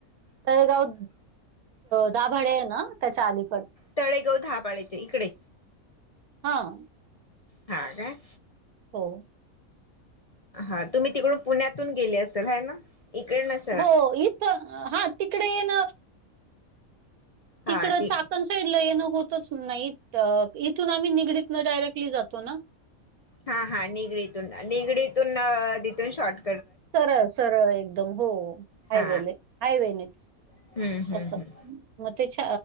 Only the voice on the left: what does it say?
तळेगाव दाभाड्याच्या इकडे
हा काय?
हा तुम्ही तिकडून पुण्यातून गेले असेल है ना. इकडे नस
हा
ती
हा हा निगडीतून निगडीतून तिथून शॉर्ट
हा
हम्म हम्म
हम्म